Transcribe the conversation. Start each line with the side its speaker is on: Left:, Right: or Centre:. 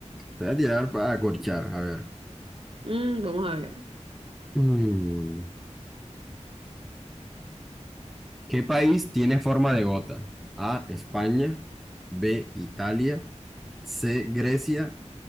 Centre: Te voy a tirar para acorchar. A ver.
Right: Mm, vamos a ver.
Centre: Mm, ¿Qué país tiene forma de gota? A. España. B. Italia. C. Grecia.